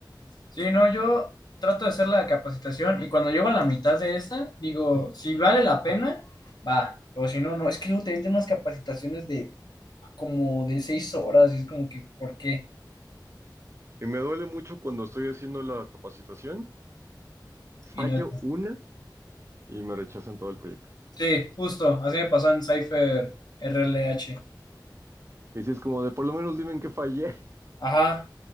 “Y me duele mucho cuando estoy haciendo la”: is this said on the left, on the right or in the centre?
Right